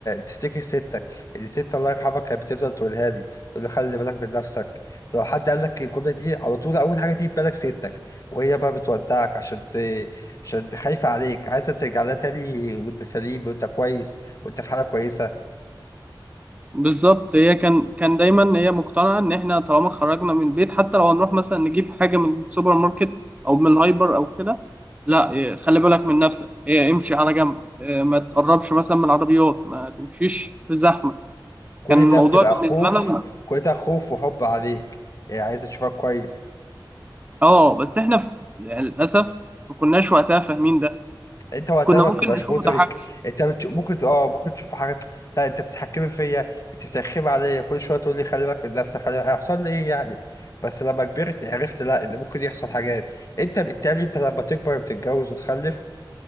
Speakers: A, on the left; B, on the right.
A: تفتكر ستك دي ست الله يرحمها كانت بتفضل تقولها لي تقول لي خلي بالك من نفسك لو حد قال لك الجمله دي على طول اول حاجه تيجي في بالك ستك وهي بقى بتودعك عشان ت... عشان خايفه عليك عايزه ترجع لها تاني وانت سليم وانت كويس وانت في حاله كويسه
B: بالظبط هي كان كان دايما هي مقتنعه ان احنا طالما خرجنا من البيت حتى لو هنروح مثلا نجيب حاجه من السوبر ماركت او من الهايبر او كده لا إيه، خلي بالك من نفسك إيه، امشي على جنب إيه، ما تقربش مثلا من العربيات ما تمشيش في زحمه
A: كل
B: كان الموضوع
A: ده بتبقى
B: بالنسبه
A: خوف
B: لنا
A: كل ده خوف وحب عليك يعني عايزه تشوفك كويس
B: اه بس احنا في... للاسف ما كناش وقتها فاهمين ده
A: انت وقتها
B: كنا
A: ما
B: ممكن
A: بتبقاش
B: نشوفه
A: مدرك
B: تحكم
A: انت بتش... ممكن ت- اه ممكن تشوف حاجات لا انت بتتحكمي فيا انت بترخمي عليا كل شويه تقول لي خلي بالك من نفسك خلي بالك هيحصل لي ايه يعني بس لما كبرت عرفت لا ان ممكن يحصل حاجات انت بالتالي انت لما تكبر وتتجوز وتخلف